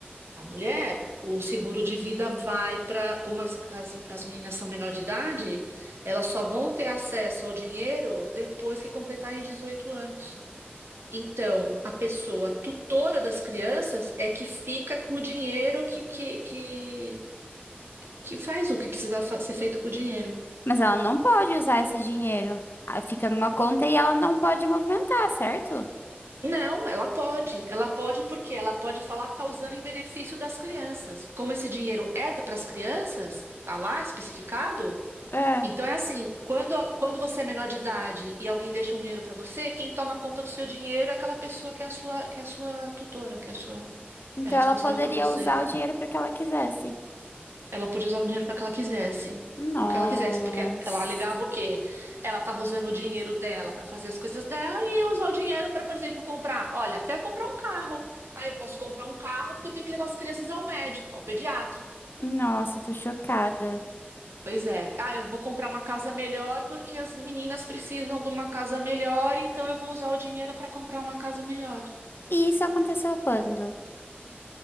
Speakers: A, on the right; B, on the left.
A: a mulher, o seguro de vida vai para, como as, as, as meninas são menor de idade, elas só vão ter acesso ao dinheiro depois que completarem 18 anos. Então, a pessoa tutora das crianças é que fica com o dinheiro que, que que faz o que precisa fa- ser feito com o dinheiro.
B: Mas ela não pode usar esse dinheiro. Ah, Fica numa conta e ela não pode movimentar, certo?
A: Não, ela pode. Ela pode porque ela pode falar que está usando em benefício das crianças. Como esse dinheiro é para as crianças, tá lá especificado.
B: É.
A: Então é assim, quando, quando você é menor de idade e alguém deixa um dinheiro para você, quem toma conta do seu dinheiro é aquela pessoa que é a sua, que é a sua tutora, que é a sua,
B: Então
A: é responsável
B: ela poderia
A: por você.
B: usar o dinheiro para que ela quisesse.
A: Ela podia usar o dinheiro para que ela quisesse.
B: Nossa.
A: Para o que ela quisesse, porque ela alegava o quê? Ela estava usando o dinheiro dela para fazer as coisas dela e eu usar o dinheiro para, por exemplo, comprar. Olha, até comprar um carro. Ah, eu posso comprar um carro porque eu tenho que levar as crianças ao médico, ao pediatra.
B: Nossa, eu tô chocada.
A: Pois é. Ah, eu vou comprar uma casa melhor porque as meninas precisam de uma casa melhor, então eu vou usar o dinheiro para comprar uma casa melhor.
B: E isso aconteceu quando?